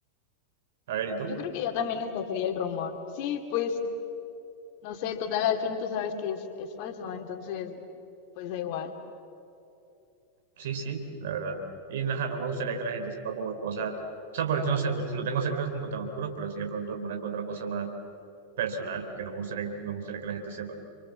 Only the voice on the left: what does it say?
Yo creo que yo también escogería el rumor. Sí, pues, no sé, total, al fin tú sabes que es, es falso, entonces, pues da igual.